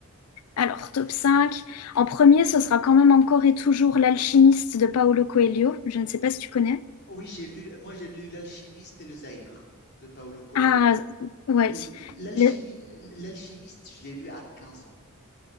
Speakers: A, on the left (about 85°); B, on the left (about 50°).
A: Alors, top cinq En premier, ce sera quand même encore et toujours L'Alchimiste de Paolo Coelho. Je ne sais pas si tu connais.
B: Oui, j'ai lu, moi j'ai lu L'Alchimiste et le Zaïre de Paolo Coelho.
A: Ah, ouais.
B: L- L'alchimie,
A: Le-
B: l'alchimiste, je l'ai lu à 15 ans.